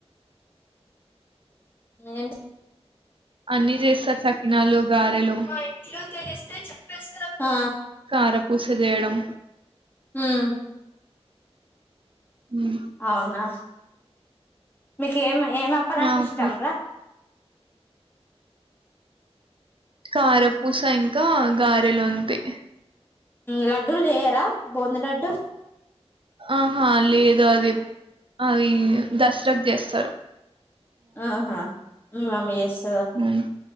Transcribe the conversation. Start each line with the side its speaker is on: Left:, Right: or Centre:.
Left: మేం
Right: అన్నిీ చేస్తా చకినాలు గారెలు
Left: మా ఇంట్లో తెలిస్తే చెప్పేస్తారు ఆ
Right: కారపూస చేయడం
Left: ఉమ్
Right: మ్మ్
Left: అవునా మీకు ఏంఐ ఏం అప్పలు అంటే
Right: ఆ అక్క
Left: ఇష్టం రా,
Right: కారపూస ఇంకా గారెలు అంతే,
Left: లడ్డూలు చెయ్యరా బొందు లడ్డు
Right: ఆహా లేదు అది అవి దసరాకు చేస్తారు,
Left: ఆహా మీ మమ్మీ చేస్తా
Right: అవును